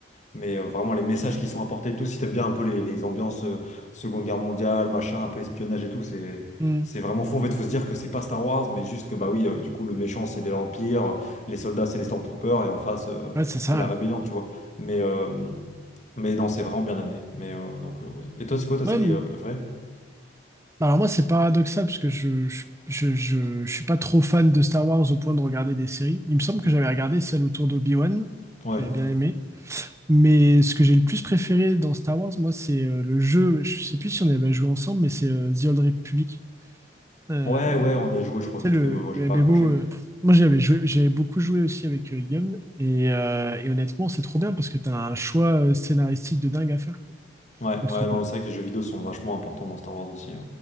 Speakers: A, on the left; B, on the right.
A: mais euh, vraiment les messages qui sont apportés et tout, si t'aimes bien un peu les, les ambiances euh, Seconde Guerre mondiale, machin, un peu espionnage et tout, c'est,
B: Hmm.
A: c'est vraiment fou. En fait, faut se dire que c'est pas Star Wars, mais juste que, bah oui, euh, du coup, le méchant, c'est l'Empire, euh, les soldats, c'est les Stormtroopers, et en face, euh,
B: Ouais, c'est ça.
A: c'est la rébellion, tu vois. Mais, euh, mais non, c'est vraiment bien amené. Mais, euh, donc, euh, ouais. Et toi, c'est quoi ta série
B: Ouais, m-
A: euh, préférée?
B: alors moi c'est paradoxal parce que je, je, je, je- je suis pas trop fan de Star Wars au point de regarder des séries. Il me semble que j'avais regardé celle autour d'Obi-Wan, que
A: Ouais.
B: j'avais bien aimé. Mais ce que j'ai le plus préféré dans Star Wars, moi, c'est euh, le jeu, je sais plus si on avait joué ensemble, mais c'est euh, The Old Republic. Euh,
A: Ouais, ouais, on a joué, je crois,
B: tu
A: vite
B: sais, le,
A: fait, mais moi,
B: le
A: j'ai pas
B: MMO,
A: accroché.
B: euh, moi j'avais joué, j'avais beaucoup joué aussi avec euh, Guillaume, et, euh, et honnêtement, c'est trop bien parce que tu as un choix euh, scénaristique de dingue à faire. quoi.
A: Ouais,
B: Donc
A: ouais,
B: c'est trop
A: non,
B: cool.
A: c'est vrai que les jeux vidéo sont vachement importants dans Star Wars aussi. euh.